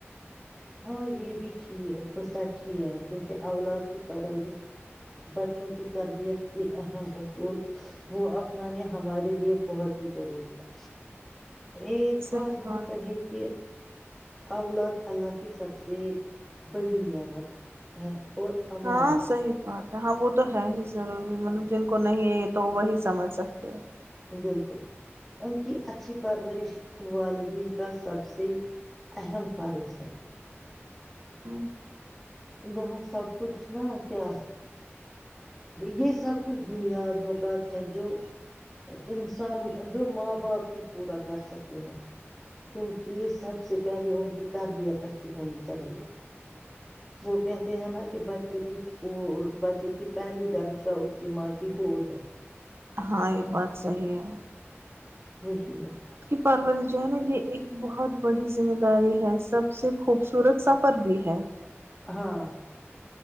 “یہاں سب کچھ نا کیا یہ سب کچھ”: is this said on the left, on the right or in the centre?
Centre